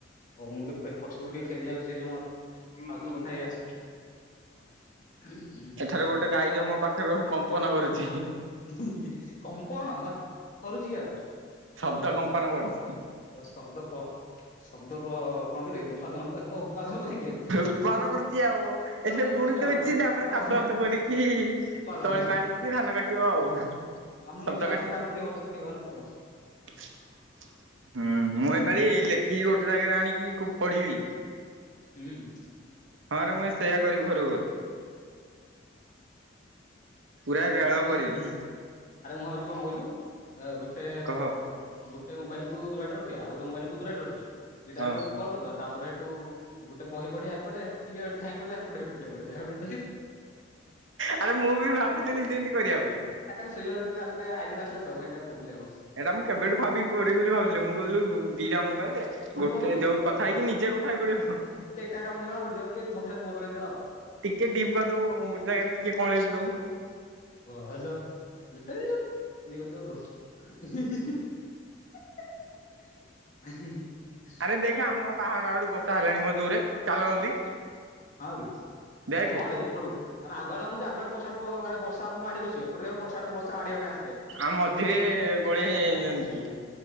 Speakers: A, on the left; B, on the right.
A: ହଉ ମୁଁତ ପେ ପଛକୁ ଟିକେ ଫେରି ଯାଉଚି ସେ ଯୋଉ ମୋତେ ମୁଁ ଔଷଧ ଖାଇ ଆସିବି ହୁଁ।
B: କିଏ ଗୋଟେ ଗାଈଟେ ମୋପା ପାଖରେ ରହି କମ୍ପନ କରୁଛି।
A: ହୁ ହୁ କମ୍ପନ ଥରୁଚିକିକି ଆଉ।
B: ଶବ୍ଦ କମ୍ପନ କରୁଛି।
A: ଓ ଶବ୍ଦ କ ଶବ୍ଦ କ କଣକିରେ ଉତ୍ପାଦନ <unintelligible> ଉତ୍ପାଦନ କରି ଆଉ
B: ଉତ୍ପାଦନ କରୁଚି ଆଉ ଏସେ
A: ହେଇ
B: ବୁଣି
A: କରୁଛି
B: ଦଉଚି ତାପରେ
A: ଆଉ
B: ଚାଷ ବାସ କରିକି
A: ଉତ୍ପାଦନ
B: ତଳି ମାରିକି କି ଧାନ କାଟିବ ଆଉ।
A: ଆମ
B: ଶବ୍ଦ
A: ନିଜ ଭାଷାରେ
B: କାଟିବ।
A: ଆମେ ଟିକେ ଗପସପ ହେଇପାରୁନୁ ଆଉ।
B: <inaudible> ହୁଁ ମୁଁ ଏଇପାଳି ଲେଖିକି ଗୋଟେ ଜାଗାରେ ଆଣିକି କ ପଢିବି।
A: ହୁଁ।
B: ହଁ ରେ ମୁଇଁ ସେୟା କରିବି ଘରକୁ ଗଲେ। ପୁରା ରେଳ
A: ଆରେ
B: କରିବି।
A: ଆରେ ମୁଁ ଭାବୁଛି କଣ କହିଲୁ ଅ ଗୋଟେ
B: କହ
A: ଗୋଟେ ମୋବାଇଲକୁ ଦୁରାଟରେ ରଖିବା ଆଉ ଗୋଟ ମୋବାଇଲ କୁ ଦୁରାଟରେ ରଖିବା ଦିଟା
B: ହଁ
A: ଆକରେ କଲ୍ କରିଦବା ତାପରେ ହେଇଠୁ ଗୋଟେ ବହି ପଢିଆ ଏପଟେ ହେଠୁ ଟିକେ ଧାଇଁ ପଳେଇଲା ହେପଟେ ହେ ପଟେ ପଢି ଦବା
B: ଆରେ ମୁଁ ବି ଭାବୁଥିଲି
A: <unintelligible>
B: ସେମିତି କରିବା ପାଇଁ।
A: ଆ କାଲି ଶୋଇଲା ବେଳକୁ ଗୋଟେ ରାତିରେ ଆଡିଆଟା ଆସିଲା ତ ମୁଁ ସେଇଟା କହୁଥିଲି ଆଉ।
B: ଏଇଟା ମୁଁ କେବେଠୁ ଭାବିକି କରିବି ବୋଲି ଭାବୁଥିଲି ମୁଁ କହୁଥିଲି ଦିଟା ମୋବାଇଲରେ
A: ପୁଣି
B: ଗୋଟେ
A: କଣ
B: ଯୋଉ କଥା ହେଇକି ନିଜେ କ ଥା ହେଇ ପଡ଼ିବ
A: ତୋତେ ଏକା ଏକା ଭଲସେ ଜଣା ପଡିଯିବ ଟିକେ ଏ ଯୋଉ <unintelligible> ବଦଳେଇଦ ଆଉ।
B: ଟିକେ ଡିପ କରିଦବୁ ଆଉ
A: ଟିକେ
B: ଗୋଟେ ଜାଗାରେ ଟିକେ କଅଁଳେଇକି ଦବୁ।
A: ଓ ହଜ <unintelligible> ଏମତି କରିଦବୁ ଆଉ। ଆଜ
B: ଆରେ ଦେଖେ ଆମ ଗାଁ ପାହାଡା ଆଡୁ ବର୍ଷା ହେଲାଣି ମ ଜୋର୍ ରେ ଚାଲ ଜଲଦି।
A: ହଁ ବେ
B: ଦେଖେ।
A: ଆ ହଁ ରେ ହେପଟୁ। ଆମେ ଆଗ ଆଡୁ ଅନଉଚୁ ଯେ ଆଗ ଆଡୁ ପର୍ଷା ପ କାଳେ ବର୍ଷା ଆମକୁ ମାଡି ବସିବେ ଏପଟେ ଦେଖିଲାବେଳକୁ ପଛ ଆଡୁ ବର୍ଷା ମାଡ଼ିବା ପାଇଁ ଆସ
B: ଆ ମଝିରେ ଗୋଳେଇ ହୋଇଯାଇଛନ୍ତି